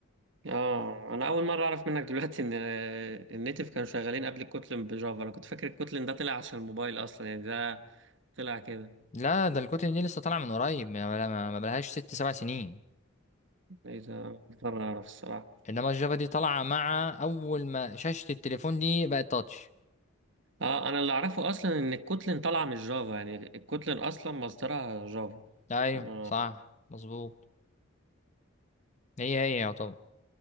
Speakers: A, on the right; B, on the left.
A: اه انا اول مرة اعرف منك دلوقتي ان آه، النيتف كانوا شغالين قبل الكوتلين بجافا انا كنت فاكر الكوتلين ده طلع عشان الموبايل اصلا يعني ده طلع كده
B: لا ده الكتل دي لسه طالعه من قريب ما ما- ما بلهاش ست سبع سنين
A: ايه ده أول مرة اعرف الصراحة
B: انما الجافا دي طالعه مع اول ما شاشه التليفون دي بقت تاتش
A: اه انا اللي اعرفه اصلا ان الكوتلين طالعة من الجافا يعني الكوتلين اصلا مصدرها جافا
B: ايوه
A: اه
B: صح مظبوط هي هي يعتبر